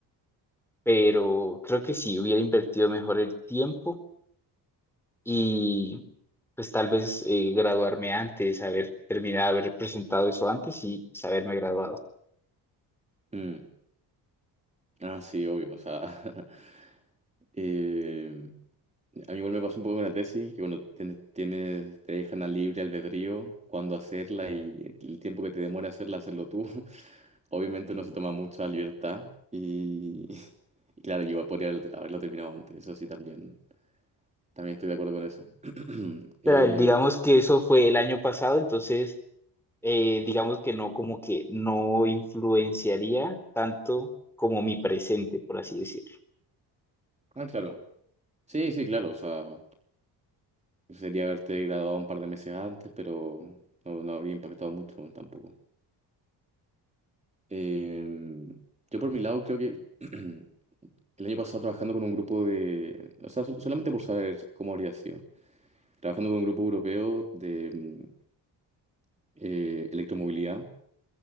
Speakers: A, in the centre; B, on the right.
A: pero creo que sí, hubiera invertido mejor el tiempo y pues tal vez eh, graduarme antes, haber terminado, haber presentado eso antes y pues, haberme graduado.
B: mm. Ah, sí, obvio, o sea, <laughs> em, A mí igual me pasó un poco con la tesis, que bueno, tienes, tienes- te dejan a libre albedrío cuándo hacerla y el tiempo que te demora hacerla, hacerlo tú. <laughs> Obviamente no se toma mucha libertad y, <laughs> y claro, yo igual podría haberlo, haberlo terminado antes, eso sí, también, también estoy de acuerdo con eso. <clears throat>
A: Pero
B: Eh,
A: eh, digamos que eso fue el año pasado, entonces eh, digamos que no como que no influenciaría tanto como mi presente, por así decirlo.
B: ah, claro. Sí, sí, claro, o sea, sería haberte graduado un par de meses antes, pero no, no habría impactado mucho tampoco. Eh, yo por mi lado creo que... <clears throat> El año pasado trabajando con un grupo de, o sea, sol- solamente por saber cómo habría sido, trabajando con un grupo europeo de mm, eh, electromovilidad.